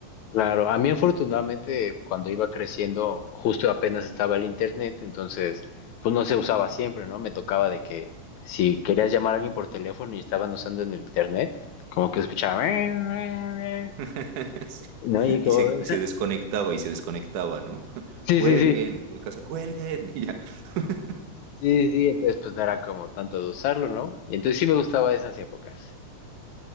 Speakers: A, on the left; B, on the right.
A: Claro, a mí afortunadamente cuando iba creciendo justo apenas estaba el internet, entonces pues no se usaba siempre, ¿no? Me tocaba de que si querías llamar a alguien por teléfono y estaban usando en el internet, como que escuchaba... <laughs>
B: <laughs> Sí.
A: No, y como...
B: Y se, y se desconectaba, y se desconectaba, ¿no? <laughs>
A: Sí,
B: Cuelguen,
A: sí, sí,
B: en mi casa, cuelguen. y ya. <laughs>
A: sí, sí, entonces pues no era como tanto de usarlo, ¿no? Y entonces sí me gustaba esas épocas.